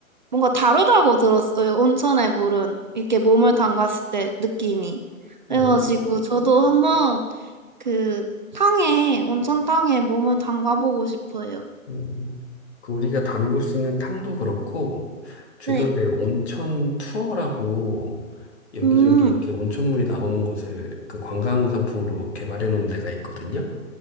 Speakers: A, on the right (about 35°); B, on the left (about 50°).
A: 뭔가 다르다고 들었어요. 온천의 물은. 이렇게 몸을 담갔을 때 느낌이.
B: 어,
A: 그래가지고, 저도 한번 그, 탕에, 온천탕에 몸을 담가보고 싶어요.
B: 음, 그 우리가 담글 수 있는 탕도 그렇고, 주변에
A: 네.
B: 온천 투어라고 여기저기
A: 음,
B: 이렇게 온천물이 나오는 곳을 그 관광 상품으로 개발해 놓은 데가 있거든요.